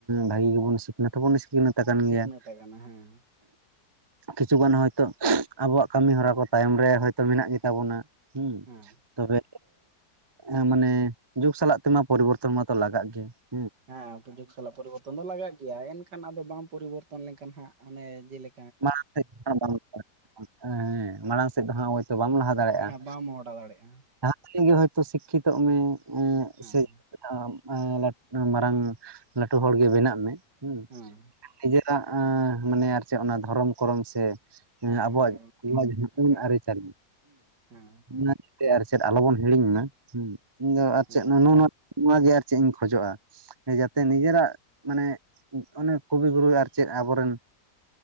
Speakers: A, on the right; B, on the right.
A: ᱵᱷᱟᱹᱜᱤ ᱜᱮᱵᱚᱱ ᱥᱤᱠᱷᱱᱟᱹᱛ ᱦᱚᱵᱚᱵ ᱥᱤᱠᱷᱱᱟᱹᱛ ᱛᱟᱠᱟᱱ
B: ᱥᱤᱠᱷᱱᱟᱹᱛ
A: ᱜᱮᱭᱟ ᱾
B: ᱟᱠᱟᱱᱟ ᱦᱮᱸ
A: ᱠᱤᱪᱷᱩᱜᱟᱱ ᱦᱚᱭᱛᱳ ᱟᱵᱚᱣᱟᱜ ᱠᱟᱹᱢᱤᱦᱚᱨᱟ ᱠᱚ ᱛᱟᱭᱚᱢ ᱨᱮ ᱦᱚᱭᱛᱳ ᱢᱮᱱᱟᱜ ᱜᱮ ᱛᱟᱵᱚᱱᱟ ᱾ ᱦᱩᱸ,
B: ᱦᱮᱸ
A: ᱛᱚᱵᱮ ᱦᱮᱸ, ᱢᱟᱱᱮ ᱡᱩᱜᱽ ᱥᱟᱞᱟᱜ ᱛᱮᱢᱟ ᱯᱚᱨᱤᱵᱚᱨᱛᱚᱱ ᱢᱟᱛᱚ ᱞᱟᱜᱟᱜ ᱜᱮ ᱾
B: ᱦᱮᱸ ᱡᱩᱜᱽ ᱥᱟᱞᱟᱜ ᱯᱚᱨᱤᱵᱚᱨᱛᱚᱱ ᱫᱚ ᱞᱟᱜᱟᱜ ᱜᱮᱭᱟ, ᱮᱱᱠᱷᱟᱱ ᱟᱫᱚ ᱵᱟᱢ ᱯᱚᱨᱤᱵᱚᱨᱛᱚᱱ ᱞᱮᱱᱠᱷᱟᱱ ᱦᱟᱸᱜ ᱚᱱᱮ ᱡᱮᱞᱮ
A: ᱢᱟᱲᱟᱝ ᱥᱮᱫ ᱦᱟᱸᱜ ᱵᱟᱝ <inaudible> ᱦᱮᱸ ᱢᱟᱲᱟᱝ ᱥᱮᱫ ᱫᱚ ᱦᱟᱸᱜ ᱦᱳᱭᱛᱚ ᱵᱟᱢ ᱞᱟᱦᱟ ᱫᱟᱲᱮᱭᱟᱜᱼᱟ
B: ᱦᱮᱸ
A: ᱾
B: ᱵᱟᱢ ᱢᱚᱦᱰᱟ ᱫᱟᱲᱮᱭᱟᱜᱼᱟ ᱾
A: ᱡᱟᱦᱟᱸ ᱛᱤᱱᱟᱹᱜ ᱜᱮ ᱦᱚᱭᱛᱚ ᱥᱤᱠᱠᱷᱤᱛᱚᱜ ᱢᱮ ᱮᱸ
B: ᱦᱮᱸ
A: ᱥᱮ <unintelligible> ᱮᱸ ᱞᱟ ᱢᱟᱨᱟᱝ ᱞᱟᱹᱴᱩ ᱦᱚᱲ ᱜᱮ ᱵᱮᱱᱟᱜ ᱢᱮ ᱦᱩᱸ
B: ᱦᱮᱸ
A: ᱮᱜᱮᱨ᱾ <unintelligible> ᱮᱸ ᱢᱟᱱᱮ ᱟᱨ ᱪᱮᱫ ᱚᱱᱟ ᱫᱷᱚᱨᱚᱢ ᱠᱚᱨᱚᱢ ᱥᱮᱼᱼ ᱦᱮ
B: ᱦᱮᱸ
A: ᱟᱵᱚᱣᱟᱜ
B: ᱦᱮᱸ
A: ᱱᱚᱣᱟ ᱡᱷᱩᱯᱩᱝ
B: ᱮᱠᱟᱞ
A: ᱟᱨᱤᱪᱟᱞᱤ
B: ᱦᱮᱸ
A: ᱢᱟᱱᱮ ᱛᱮ ᱟᱨ ᱪᱮᱫ ᱟᱞᱚᱵᱚᱱ ᱦᱤᱲᱤᱧ ᱢᱟ ᱦᱩᱸ ᱤᱧ ᱫᱚ ᱟᱨ
B: ᱦᱮᱸ
A: ᱪᱮᱫ ᱱᱩᱱᱩ ᱱᱩ ᱱᱚᱣᱟ ᱜᱮ ᱟᱨ ᱪᱮᱜ ᱤᱧ ᱠᱷᱚᱡᱚᱜᱼᱟ᱾ ᱡᱟᱛᱮ ᱱᱤᱡᱮᱨᱟᱜ ᱢᱟᱱᱮ ᱚᱱᱮ ᱠᱚᱵᱤ ᱜᱩᱨᱩ ᱟᱨ ᱪᱮᱫ ᱟᱵᱚᱨᱮᱱ